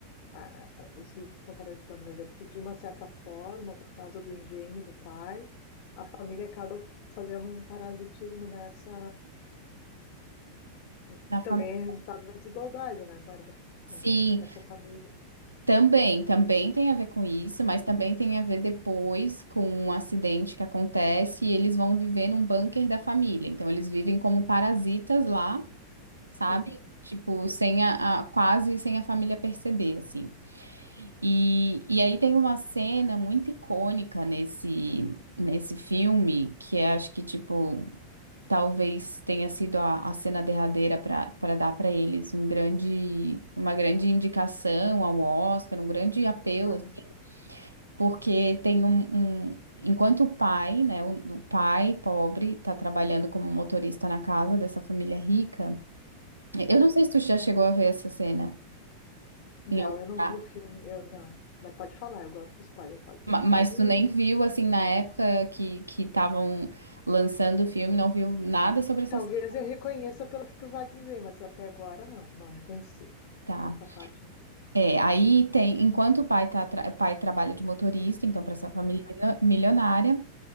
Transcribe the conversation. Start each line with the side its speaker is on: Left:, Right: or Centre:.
Left: a- a- os ricos estão parasitando, mas é porque, de uma certa forma, por causa do engenho do pai, a família acaba fazendo um parasitismo nessa,
Right: Na
Left: que
Right: família.
Left: também é resultado da desigualdade, né, Bárbara?
Right: Sim,
Left: É, nessa família.
Right: também, também tem a ver com isso, mas também tem a ver depois com um acidente que acontece e eles vão viver num bunker da família. Então eles vivem como parasitas lá, sabe?
Left: Aham,
Right: Tipo, sem a, a- quase sem a família perceber, assim. E, e aí tem uma cena muito icônica nesse, nesse filme, que é, acho que, tipo, Talvez tenha sido a, a cena derradeira para para dar para eles um grande, uma grande indicação ao Oscar, um grande apelo,
Left: aham,
Right: assim, porque tem um, um- enquanto o pai, né, o, o pai pobre está trabalhando como motorista na casa dessa família rica.
Left: aham.
Right: Eu não sei se tu já chegou a ver essa cena
Left: Não,
Right: em algum
Left: eu não
Right: lugar,
Left: vi o filme, eu não. Mas pode falar, eu gosto do spoiler, pode,
Right: ma- mas
Left: pode.
Right: tu nem viu assim na época que que estavam lançando o filme, não viu nada sobre essa
Left: Talvez
Right: cena.
Left: eu reconheça pelo que tu vai dizer, mas até agora não, não reconheci
Right: Tá.
Left: essa parte não.
Right: É, aí tem, enquanto o pai, tá, tra- o pai trabalha de motorista, então para essa família
Left: Uhum,
Right: milio- milionária,